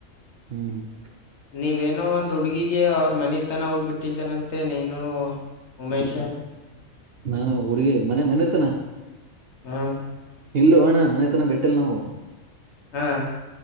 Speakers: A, on the right; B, on the left.
A: ಹ್ಮ್ ಹ್ಮ
B: ನೀವೇನೋ ಒಂದ್ ಹುಡುಗಿಗೆ ಅವ್ರ ಮನೆ ತನ ಹೋಗ್ಬಿಟ್ಟಿದಾರಂತೆ ನೀನು ಉಮೇಶ
A: ನಾನು ಹುಡುಗಿ ಮನೆ ಮನೆತನ
B: ಹ್ಮ್
A: ಇಲ್ಲ ಅಣ್ಣ ಮನೆತನ ಬಿಟ್ಟಲ್ ನಾವು
B: ಹಾ